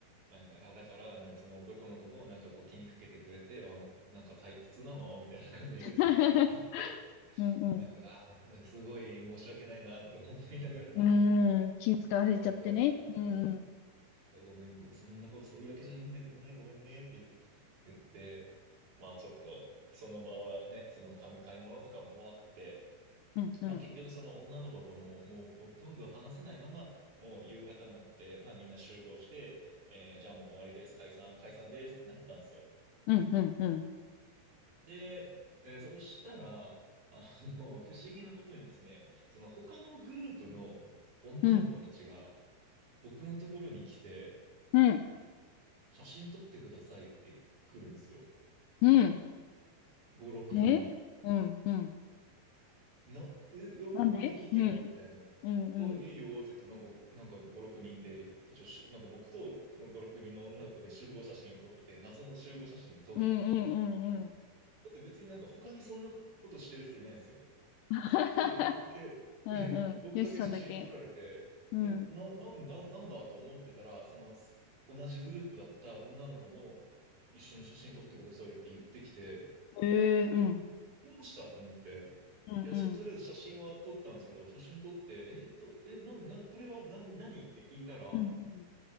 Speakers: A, on the right; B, on the left.
A: なんか、あ、だから、なんかその男の子も、なんかこう気にかけてくれて、あ、なんか退屈なのみたいな感じで言ってき、
B: <laughs>
A: 言ってきて、
B: うん、うん。<laughs> うん、
A: なんか、
B: うん。
A: あー、なんかすごい申し訳ないなと思いながら、
B: うーん、気使わせちゃってね。
A: ごめんごめん、そういう、
B: うん、
A: そう
B: うん、
A: そう、ごめん、ごめん、そんな、そういうわけじゃないんだけどね、ごめんね、って言って、まあちょっと、その場はね、その買い買い物とかも終わって、
B: うん、うん。
A: まあ結局その女の子ともう、もうほとんど話せないまま、もう夕方になって、まあみんな集合して、えーじゃあもう終わりです、解散、解散ですってなったんですよ。
B: うん、うん、うん、
A: で、えーそしたら、あの、不思議なことにですね、その他のグループの女の子たちが
B: うん、
A: 僕のところに来て、
B: うん、
A: 写真撮ってくださいって来るんですよ。
B: うん。
A: 5、6人。
B: えうん、うん。
A: な、え、お、
B: なんでうん、
A: うんいいけど、みたいな。
B: うん、うん、
A: お、いいよって言って、なんか、なんか5、6人で、一応しゅ、なんか僕とこの5、6人の女の子で集合写真を撮って、謎の集合写真を撮り、
B: うん、うん、うん、うん。
A: だって別になんか他にそんなことしてる人いないんですよ。
B: <laughs>
A: で、僕だけ、
B: うん、
A: <laughs>
B: うん。
A: 僕だけ写真撮られて、
B: よしさんだけ。うん。
A: え、な、なんだ、なんだと思ってたら、その、す同じグループだった女の子も、一緒に写真撮ってくださいって言ってきて、
B: へえ、
A: え、
B: うん、
A: どうしたと思って、
B: うん、
A: いや、
B: うん、
A: そ、とりあえず写真は撮ったんですけど、写真撮って、えっと、え、な、な、これは何、何って聞いたら、
B: うん、うん。